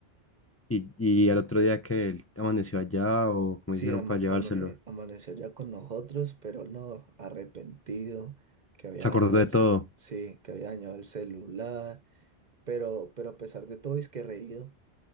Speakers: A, on the left (about 20°); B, on the right (about 45°).
A: Y, y al otro día que él amaneció allá o cómo
B: Sí,
A: hicieron
B: ama-
A: para llevárselo.
B: amane- amaneció ya con nosotros, pero no, arrepentido que había
A: Se
B: dañado
A: acordó de
B: el,
A: todo.
B: ce- sí, que había dañado el celular, pero, pero a pesar de todo es que reído.